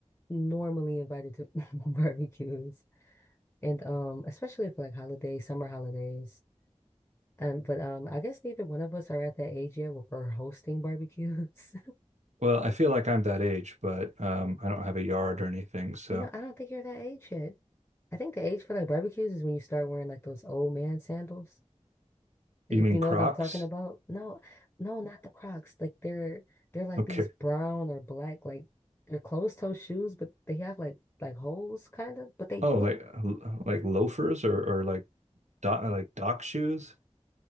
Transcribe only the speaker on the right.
Well, I feel like I'm that age, but um, I don't have a yard or anything. So
you mean
Crocs?
<laughs>
Okay.
Oh,
like like loafers or or like dock like dock shoes?